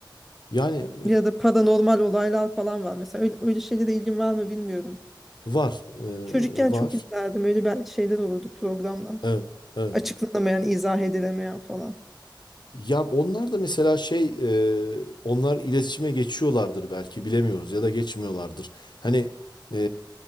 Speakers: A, on the left; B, in the centre.
A: Yani
B: Ya da paranormal olaylar falan var. Mesela öyle, öyle şeylere ilgin var mı bilmiyorum.
A: Var, e,
B: Çocukken çok
A: var.
B: izlerdim. Öyle bel- şeyler olurdu programlar.
A: Evet, evet.
B: Açıklanamayan, izah edilemeyen falan.
A: Ya onlar da mesela şey, e, onlar iletişime geçiyorlardır belki bilemiyoruz ya da geçmiyorlardır. Hani e,